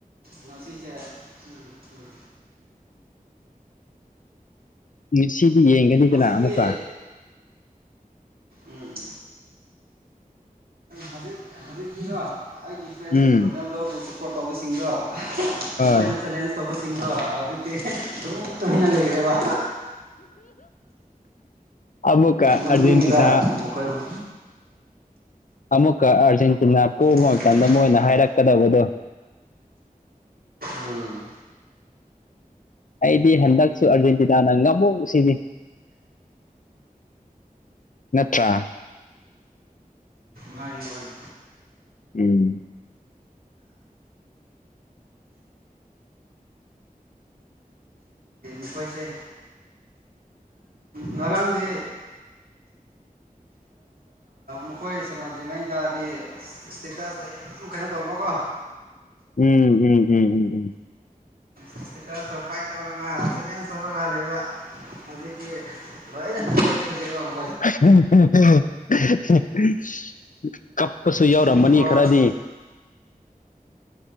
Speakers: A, on the right (about 80°); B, on the left (about 60°).
A: ꯉꯁꯤꯁꯦ ꯎꯝ ꯎꯝ
B: ꯃꯦꯁꯤꯗꯤ ꯌꯦꯡꯒꯅꯤꯗꯅ
A: ꯍꯧꯖꯤꯛꯇꯤ
B: ꯑꯃꯨꯛꯀ
A: ꯎꯝ ꯍꯧꯖꯤꯛ ꯍꯧꯖꯤꯛꯀꯤꯔꯣ ꯑꯩꯒꯤ ꯐ꯭ꯔꯦꯟ
B: ꯎꯝ
A: ꯔꯣꯅꯥꯜꯗꯣꯕꯨ ꯁꯞꯄꯣꯔꯠ ꯇꯧꯕꯁꯤꯡꯗꯣ ꯑꯁ
B: ꯍꯣꯏ
A: ꯃꯈꯣꯏꯅ ꯆꯦꯂꯦꯟꯖ ꯇꯧꯕꯁꯤꯡꯗꯣ ꯍꯧꯖꯤꯛꯇꯤ ꯇꯨꯃꯤꯡ ꯇꯨꯃꯤꯟꯅ ꯂꯩꯈ꯭ꯔꯦꯕ
B: ꯑꯃꯨꯀꯥ
A: ꯅꯣꯛꯅꯤꯡꯉꯤꯗ
B: ꯑꯔꯖꯦꯟꯇꯤꯅꯥ
A: ꯃꯈꯣꯏꯕꯨ
B: ꯑꯃꯨꯛꯀ ꯑꯥꯔꯖꯦꯟꯇꯤꯅꯥ ꯄꯣꯛꯕ
A: ꯎꯝ
B: ꯃꯇꯝꯗ ꯃꯣꯏꯅ ꯍꯥꯏꯔꯛ ꯍꯥꯏꯔꯛ ꯀꯥꯗꯧꯕꯗꯤ
A: ꯎꯝ
B: ꯑꯩꯗꯤ ꯍꯟꯗꯛꯁꯨ ꯑꯥꯔꯖꯦꯟꯇꯤꯅꯥꯅ ꯉꯝꯃꯨ ꯁꯤꯅꯤ ꯅꯠꯇ꯭ꯔꯥ
A: ꯃꯥꯅꯤ ꯃꯥꯅꯤ
B: ꯎꯝ
A: ꯑꯩꯈꯣꯏꯁꯦ ꯉꯔꯥꯡꯗꯤ ꯃꯈꯣꯏ ꯁꯥꯟꯅꯗ꯭ꯔꯤꯉꯩꯗꯗꯤ ꯏꯁꯇꯦꯇꯁ ꯌꯥꯝ ꯀꯩꯅꯣ ꯇꯧꯕꯀꯣ
B: ꯎꯝ ꯎꯝ ꯎꯝ
A: ꯏꯁꯇꯦꯇꯁ ꯐꯥꯏꯠ ꯇꯧꯔꯒ ꯆꯦꯂꯦꯟꯖ ꯇꯧꯔꯒ ꯂꯩꯕ ꯍꯧꯖꯤꯛꯇꯤ ꯂꯣꯏꯔꯦ
B: ꯍꯤ ꯍꯤ ꯍꯤ ꯍꯤ ꯍꯤ ꯀꯞꯄꯁꯨ ꯌꯥꯎꯔꯝꯃꯅꯤ
A: ꯇ꯭ꯋꯦꯟꯇꯤ ꯐꯣꯔ
B: ꯈꯔꯗꯤ